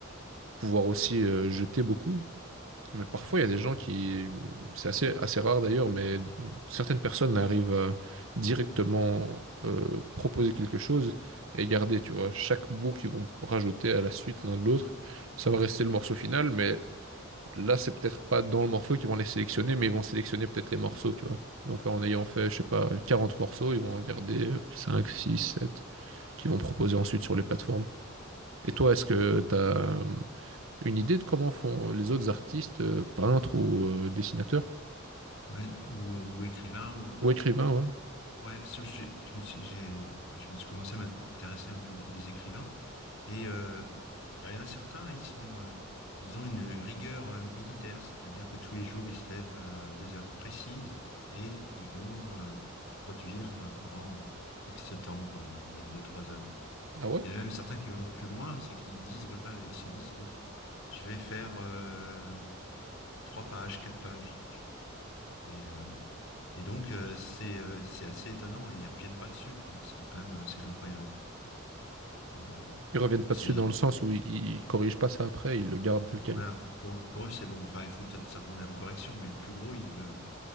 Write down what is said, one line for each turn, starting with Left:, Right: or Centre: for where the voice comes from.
Right: pouvoir aussi euh, jeter beaucoup. Mais parfois, il y a des gens qui, c'est assez, assez rare d'ailleurs, mais certaines personnes arrivent à directement euh, proposer quelque chose et garder, tu vois, chaque bout qu'ils vont rajouter à la suite l'un de l'autre. Ça va rester le morceau final, mais Là, c'est peut-être pas dans le morceau qu'ils vont les sélectionner, mais ils vont sélectionner peut-être les morceaux, tu vois. Donc en ayant fait, je sais pas, 40 morceaux, ils vont en garder euh, 5, 6, 7, qu'ils vont proposer ensuite sur les plateformes. Et toi, est-ce que tu as une idée de comment font les autres artistes, euh, peintres ou euh, dessinateurs
Left: Ouais, ou, ou écrivain, ou...
Right: Ou écrivains, ouais.
Left: Ouais, parce que j'ai- je me suis, j'ai, je me suis commencé à m'intéresser au niveau des, des écrivains. Et euh, alors, il y en a certains, ils sont, euh, ils ont une rigueur euh, militaire, c'est-à-dire que tous les jours, ils se lèvent à des heures précises et ils vont euh, produire euh, pendant X temps, pendant peut-être deux trois heures.
Right: Ah ouais?
Left: Il y en a même certains qui vont plus loin, c'est qu'ils disent, voilà, ils se disent, bon, je vais faire euh, 3 pages, 4 pages. Et, euh, et donc, euh, c'est euh, c'est assez étonnant et ils reviennent pas dessus, quoi. C'est quand même assez incroyable. Euh,
Right: Ils reviennent pas
Left: c'est
Right: dessus dans le sens où ils, ils corrigent pas ça après, ils le gardent tel
Left: voilà,
Right: quel.
Left: pour, pour eux, c'est bon. Enfin, ils font peut-être certainement des recorrections, mais le plus gros, ils le-